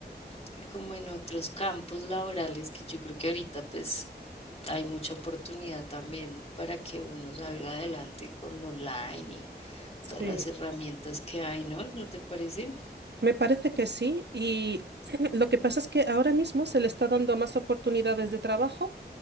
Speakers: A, on the left (about 35°); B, on the right (about 80°).
A: y como en otros campos laborales que yo creo que ahorita pues hay mucha oportunidad también para que uno salga adelante con lo online y
B: Sí,
A: todas las herramientas que hay, ¿no? ¿No te parece?
B: me parece que sí. Y <clears throat> lo que pasa es que ahora mismo se le está dando más oportunidades de trabajo